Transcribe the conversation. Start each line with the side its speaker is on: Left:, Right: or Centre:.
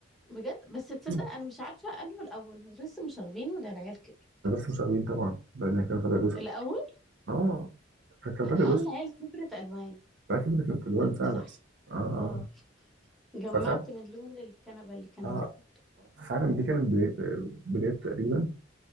Centre: بجد بس تصدق
Right: مم.
Centre: أنا مش عارفة أنه الأول مدرسة المشاغبين ولا العيال كبرت
Right: مدرسه مشاغبين طبعا لان هي كانت ابيض واسود
Centre: الأول
Right: اه كانت كانت ابيض
Centre: اه
Right: واسود
Centre: العيال كبرت ألوان
Right: فاكر كده كانت الوان
Centre: أيوة
Right: فعلا
Centre: صح
Right: اه اه
Centre: اه جمعت
Right: ففعلا
Centre: من لون الكنبة اللي كان
Right: اه
Centre: موجود
Right: فعلا دي كانت بداية بداية تقريبا